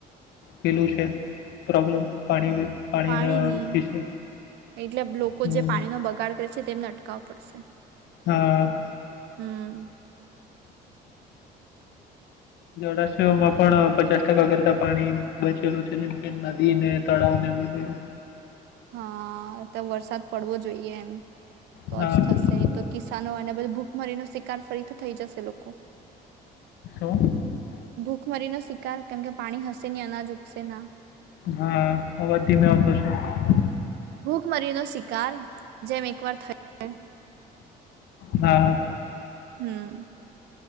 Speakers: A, on the left; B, on the right.
A: પેલું છે. પ્રોબ્લમ પાણી પાણીના
B: પાણીની
A: વિશે
B: એટલે બ લોકો
A: હમ
B: જે પાણીનો બગાડ કરે છે તેમને અટકાવ પડશે.
A: હા.
B: હમ
A: જળાશયોમાં પણ પચાસ ટકા કરતા પાણી બચેલું છે જેમ કે નદીને તળાવને બધું
B: હા, તો વરસાદ પડવો જોઈએ એમ. તો
A: હા
B: જ થશે ન તો કિસાનો અને બધું ભૂ મરીનો શિકાર ફરીથી થઈ જશે લોકો.
A: <inaudible>
B: ભૂખ મરીનો શિકાર કેમકે પાણી હશે ની અનાજ ઉગશે ના.
A: હા, અવાજ ધીમે આવતો છે.
B: ભૂખમરી નો શિકાર જેમ એક વાર થઈ
A: હા.
B: હમ્હહમ.